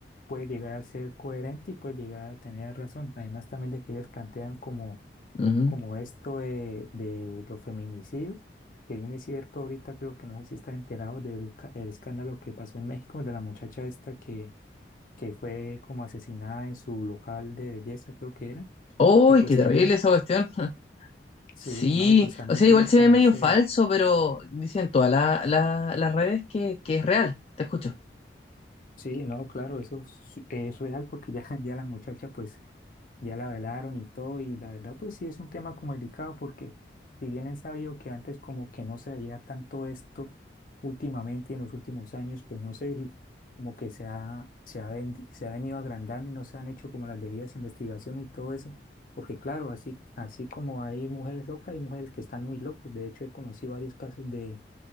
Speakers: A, on the left; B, on the left.
A: puede llegar a ser coherente y puede llegar a tener razón. Además también de que ellas plantean como,
B: ujú.
A: como esto de, de los feminicidios, que bien es cierto, ahorita creo que no sé si estás enterado del ca- el escándalo que pasó en México, de la muchacha esta que, que fue como asesinada en su local de belleza, creo que era.
B: ¡Uy,
A: Y pues
B: qué terrible
A: también,
B: esa cuestión!
A: sí,
B: Sí,
A: ¿no? Y pues también
B: o sea,
A: tienen
B: igual se
A: como
B: ve medio
A: ese,
B: falso, pero dicen todas la- la- las redes que, que es real. Te escucho.
A: Sí, no, claro, eso es, es real porque ya, <laughs> ya la muchacha pues ya la velaron y todo y la verdad pues sí es un tema como delicado porque si bien es sabido que antes como que no se veía tanto esto últimamente en los últimos años pues no sé, como que se ha, se ha, ven- se ha venido agrandando y no se han hecho como las debidas investigaciones y todo eso porque claro, así, así como hay mujeres locas, hay mujeres que están muy locas, de hecho he conocido varios casos de